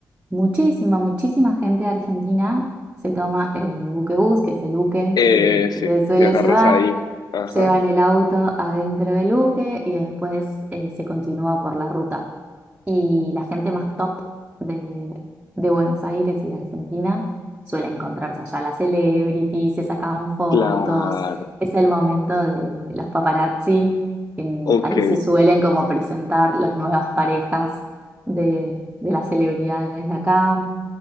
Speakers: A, on the right; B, on the left.
A: muchísima, muchísima gente de Argentina se toma el buquebús, que es el buque
B: Eh,
A: que,
B: sí,
A: que se suele
B: que agarras
A: llevar,
B: ahí. Ajá,
A: llevan el auto adentro del buque y después eh, se continúa por la ruta. Y la gente más top de, de Buenos Aires y de Argentina suele encontrarse allá. Las celebrities se sacan fotos,
B: claro.
A: es el momento de los paparazzi, que
B: Ok,
A: ahí se suelen como presentar las nuevas parejas de, de las celebridades de acá.